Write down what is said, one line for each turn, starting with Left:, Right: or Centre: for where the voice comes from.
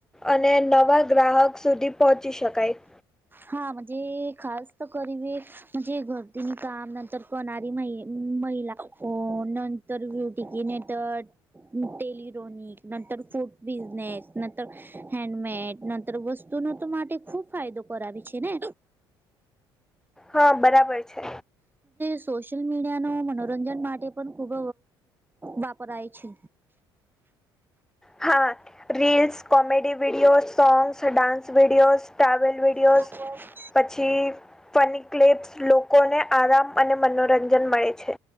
Centre: અને નવા ગ્રાહક સુધી પહોંચી શકાય.
Right: હા જે ખાસ તો કરી જ ઘરથી કામ નંતર કરનારી મહિલા કો <unintelligible> <inaudible> ટેલિરોનિક નર, ફૂડ બિઝનેસ, નંતર હેન્ડમેડ, નંતર વસ્ત ન તો માટે ખુબ ફાયદો કરાવી છે ને?
Centre: હા બરાબર છે
Right: <inaudible> સોશિયલ મીડિયા ન મનોરંજન માટે પણ ખૂબ વાપરાય છે
Centre: હા reels comedy videos songs dance videos travel videos
Right: ઓ
Centre: પછી ફની ક્લેપ્સ લોકોને આરામ અને મનોરંજન મળે છે